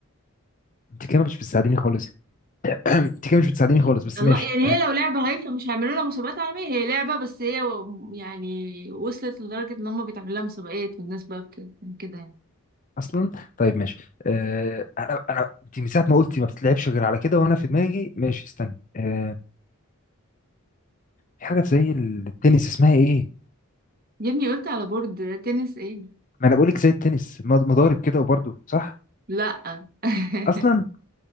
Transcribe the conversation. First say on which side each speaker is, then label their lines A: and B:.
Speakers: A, on the left; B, on the right.
A: انت كده مش بتساعديني خالص <clears throat> انت كده مش بتساعديني خالص بس
B: الله
A: ماشي
B: يعني هي لو لعبة هايفة مش هيعملوا لها مسابقات عالمية هي لعبة بس هي و- يعني وصلت لدرجة ان هم بيتعمل لها مسابقات والناس بقى بت- كده يعني
A: <clears throat> اصلا طيب ماشي آه... انا انا انت من ساعه ما قلتي ما بتتلعبش غير على كده وانا في دماغي ماشي استنى آه... في حاجه زي التنس اسمها ايه
B: يا ابني قلت على بورد تنس ايه
A: ما انا بقولك زي التنس مض- مضارب كده وبرضه صح
B: لا <laughs>
A: اصلا